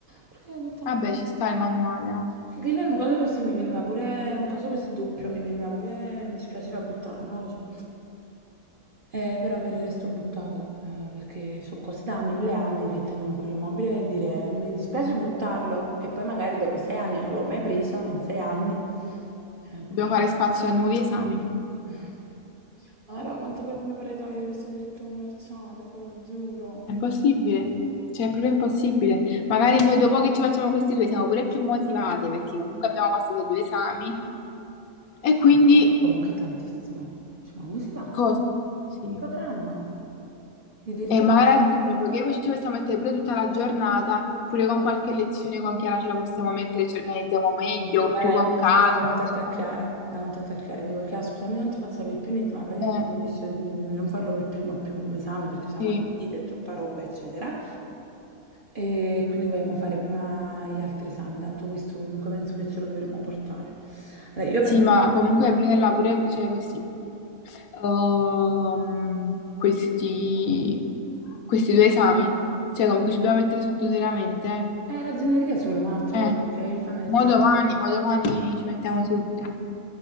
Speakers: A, on the right (about 45°); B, on the left (about 75°).
A: Perché ho detto... "Mm".
B: Vabbè, ci sta il manuale, ah.
A: Che che lei è una cosa così mi veniva pure, un caso così doppio, mi veniva pure, mi dispiaceva buttarlo, non lo so. Eh, però per il resto ho buttato, eh, perché sono cose da mille anni che tengo in quell'immobile e dire mi dispiace buttarlo e poi magari dopo sei anni non l'ho mai preso, in sei anni. Eh, quindi...
B: Dobbiamo fare spazio a nuovi esami.
A: <laughs> Allora, quanto però mi vorrei togliere questo diritto commerciale, te lo giuro.
B: È impossibile, cioè è proprio impossibile. Magari noi dopo che ci facciamo questi due siamo pure più motivate, perché comunque abbiamo passato due esami
A: Comunque,
B: E quindi
A: comunque è tantissimo. Cioè, ma come si fa?
B: cosa? Sì.
A: Programma. Di diritto?
B: E magari a giugno, perché poi ci possiamo mettere pure tutta la giornata, pure con qualche lezione con Chiara ce la possiamo mettere, ci organizziamo meglio,
A: Sì, va
B: più
A: là,
B: con
A: io
B: calma,
A: mi caso la contatto
B: senza...
A: a Chiara. La contatto a Chiara, dico, Chiara, scusami, non ti faccio sapere più niente, ma praticamente
B: Eh,
A: abbiamo deciso di, di- di non farlo per primo più come esame perché siamo
B: sì.
A: avvenite, è troppa roba, eccetera. E quindi vogliamo fare prima gli altri esami, tanto questo comunque penso che ce lo dovremmo portare. Allora, io
B: Sì,
A: penso...
B: ma comunque prenderla pure, cioè questi, ehm, questi, questi due esami, cioè comunque ci dobbiamo mettere sotto seriamente.
A: È ragioneria solo, Marto,
B: Eh,
A: però,
B: Eh,
A: perché il fan ha detto...
B: mo domani, mo domani ci mettiamo tutto,